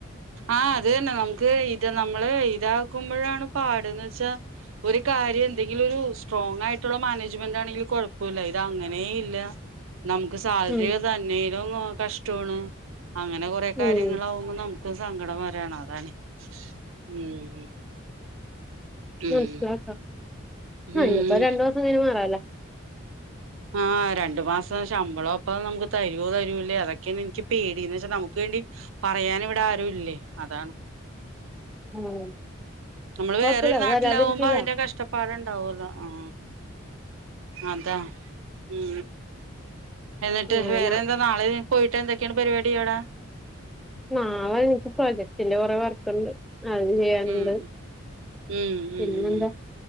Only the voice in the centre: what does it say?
ഉം
ഉം
മനസിലാക്ക ആ
ഇനിപ്പോ രണ്ടുസം കഴിഞ്ഞ മാറാല്ല
ഉം
കൊഴപ്പല്ല
അത്
വരാതിരിക്കൂല
ഞാനാ
നാളെ എക്ക് പ്രൊജക്ടിന്റെ കൊറെ വർക്ക്ണ്ട് അത് ചെയ്യാനുണ്ട്
പിന്നെന്താ